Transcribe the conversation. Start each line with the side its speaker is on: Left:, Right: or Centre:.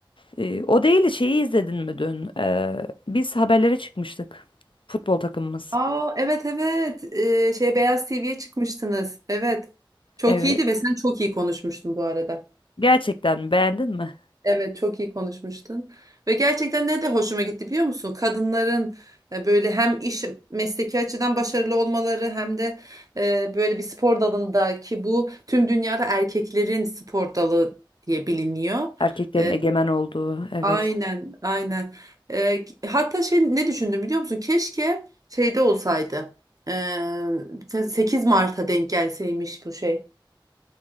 Left: Eee, o değil de şeyi izledin mi dün? Eee, biz haberlere çıkmıştık. Futbol takımımız.
Right: Aa evet evet Ee, şey Beyaz TV'ye çıkmıştınız. Evet. Çok
Left: Evet.
Right: iyiydi ve sen çok iyi konuşmuştun bu arada.
Left: Gerçekten mi? Beğendin mi?
Right: Evet çok iyi konuşmuştun. Ve gerçekten ne de hoşuma gitti biliyor musun? Kadınların e, böyle hem iş mesleki açıdan başarılı olmaları hem de e, böyle bir spor dalında ki bu tüm dünyada erkeklerin spor dalı diye biliniyor.
Left: Erkeklerin
Right: E,
Left: egemen olduğu. Evet.
Right: aynen aynen. E, hatta şey ne düşündüm biliyor musun? Keşke şeyde olsaydı. E, 8 Mart'a denk gelseymiş bu şey.